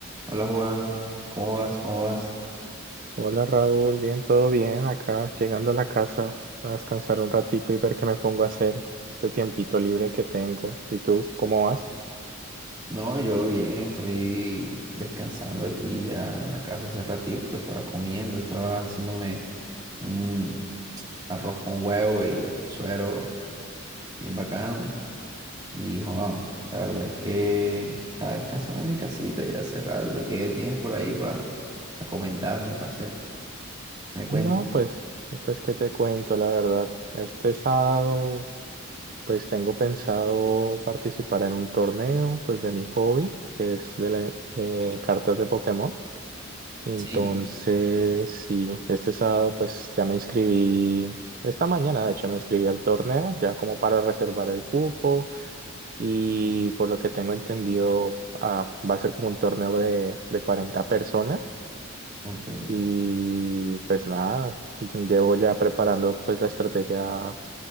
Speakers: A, on the right; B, on the right.
A: Hola Juan, ¿cómo vas? ¿Cómo vas?
B: Hola Raúl, bien, todo bien acá, llegando a la casa a descansar un ratico y ver qué me pongo a hacer en este tiempito libre que tengo. ¿Y tú, cómo vas?
A: No, yo bien, estoy descansando aquí ya en la casa hace ratico, estaba comiendo, estaba haciéndome un arroz con huevo y suero bien bacano. Y jo, la verdad es que estaba descansando en mi casita ya hace rato. ¿Qué tienes por ahí para comentarme, para hacer? ¿Qué me cuentas?
B: No, pues, pues qué te cuento, la verdad. Este sábado, pues tengo pensado participar en un torneo, pues de mi hobby, que es de, la- de cartas de Pokémon. Entonces,
A: Sí.
B: sí, este sábado, pues ya me inscribí, esta mañana, de hecho, me inscribí al torneo, ya como para reservar el cupo. y por lo que tengo entendido, ah, va a ser como un torneo de, de cuarenta personas
A: Ok.
B: y pues nada, llevo ya preparando pues la estrategia